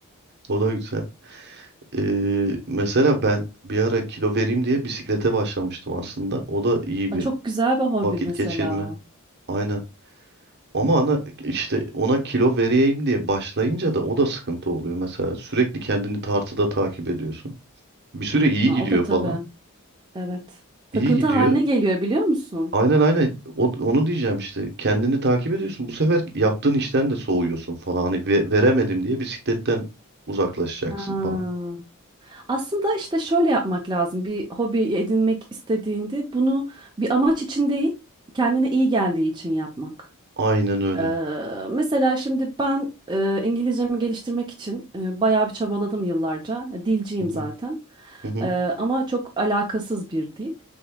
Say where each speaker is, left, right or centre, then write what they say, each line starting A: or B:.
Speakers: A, on the right; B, on the right.
A: O da güzel. Ee, mesela ben bir ara kilo vereyim diye bisiklete başlamıştım aslında. O da iyi bir
B: Aa, çok güzel bir hobi
A: vakit
B: mesela
A: geçirme.
B: o.
A: Aynen. Ama ana işte ona kilo vereyim diye başlayınca da o da sıkıntı oluyor. Mesela sürekli kendini tartıda takip ediyorsun. Bir süre iyi
B: Ha,
A: gidiyor
B: o da tabii.
A: falan.
B: Evet. Takıntı
A: İyi gidiyor.
B: haline geliyor biliyor musun?
A: Aynen aynen O- onu diyeceğim işte. Kendini takip ediyorsun. Bu sefer yaptığın işten de soğuyorsun falan. Hani ve- veremedim diye bisikletten uzaklaşacaksın
B: Ha.
A: falan.
B: Aslında işte şöyle yapmak lazım. Bir hobi edinmek istediğinde bunu bir amaç için değil, kendine iyi geldiği için yapmak.
A: Aynen öyle.
B: Eee, mesela şimdi ben eee, İngilizcemi geliştirmek için eee, bayağı bir çabaladım yıllarca. Dilciyim
A: Hı hı
B: zaten.
A: hı hı
B: Eee, ama çok alakasız bir dil